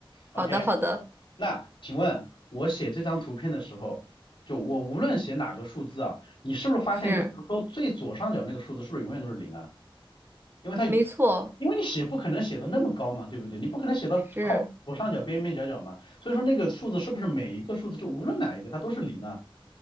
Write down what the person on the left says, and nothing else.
OK，
那请问我写这张图片的时候，就我无论写哪个数字啊，你是不是发现，
就比如说最左上角那个数字是不是永远都是零啊？因为它
因为你写不可能写的那么高嘛，对不对？你不可能写到靠左上角边边角角嘛，
所以说那个数字是不是每一个数字就无论哪一个它都是零啊？